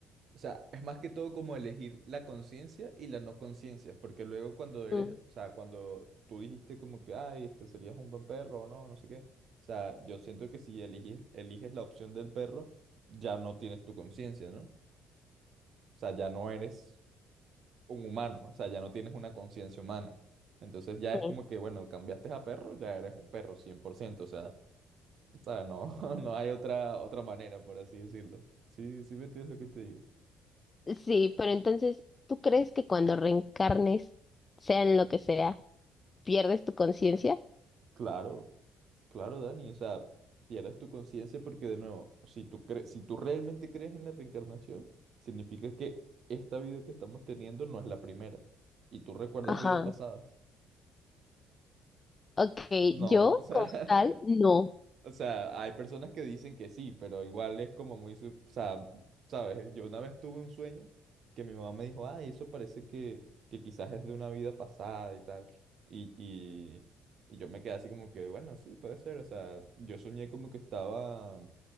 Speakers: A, on the right (about 50°); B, on the left (about 30°).
A: O sea, es más que todo como elegir la conciencia y la no conciencia, porque luego cuando eres,
B: Mm,
A: o sea, cuando tú dijiste como que, ay, este serías un buen perro o no, no sé qué, o sea, yo siento que si eliges, eliges la opción del perro, ya no tienes tu conciencia, ¿no? O sea, ya no eres un humano, o sea, ya no tienes una conciencia humana. Entonces ya
B: sí.
A: es como que, bueno, cambiaste a perro, ya eres un perro, 100% o sea, ¿sabes? No, <laughs> no hay otra, otra manera, por así decirlo. Sí, sí me entiendes lo que te digo.
B: Sí, pero entonces, ¿tú crees que cuando reencarnes, sea en lo que sea, pierdes tu conciencia?
A: Claro. Claro, Dani, o sea, pierdes tu conciencia porque de nuevo, si tú cre- si tú realmente crees en la reencarnación, significa que esta vida que estamos teniendo no es la primera y tú recuerdas
B: Ajá.
A: vidas pasadas.
B: Ok,
A: No,
B: yo
A: o sea,
B: como
A: <laughs>
B: tal, no.
A: o sea, hay personas que dicen que sí, pero igual es como muy, sub- o sea, sabes, yo una vez tuve un sueño que mi mamá me dijo, ay, eso parece que, que quizás es de una vida pasada y tal, y, y, y yo me quedé así como que, bueno, sí, puede ser, o sea, yo soñé como que estaba